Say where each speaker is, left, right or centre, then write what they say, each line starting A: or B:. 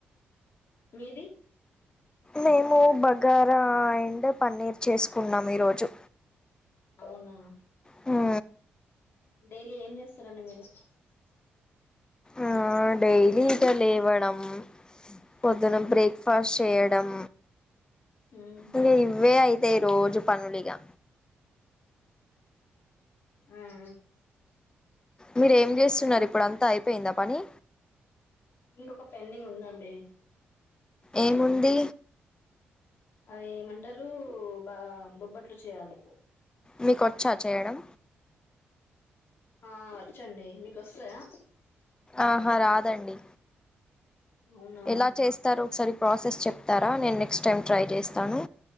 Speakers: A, on the left; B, on the left.
A: మీది
B: నేను బగా ర అండ్ పన్నీర్ చేసు కున్నాం ఈరోజు
A: అవునా
B: హూ
A: డైలీ ఏం చేస్తారండి మీరు
B: ఆ డైలీ ఇకా లేవడం పొద్దున బ్రేక్ఫాస్ట్ చేయడం
A: ఉమ్
B: ఇ ఇవ్వే అయి తయి రోజు పనులిగా
A: ఆ ఆ
B: మీరు ఏం చేస్తున్నారు ఇప్పుడు అం తా అయిపోయింద పని
A: ఇంకొక పెండింగ్ ఉందండి
B: ఏముంది
A: అవి ఏమంటారు బా బొబ్బట్లు చేయాలి
B: మీకు వచ్చా చేయడం
A: ఆ వచ్చండి మీకు వస్తాయా
B: ఆహా రాదండి
A: అవునా
B: ఎలా చేస్తారు ఒక్కసారి ప్రాసెస్ చెప్తారా నేను నెక్స్ట్ టైం ట్రై చేస్తాను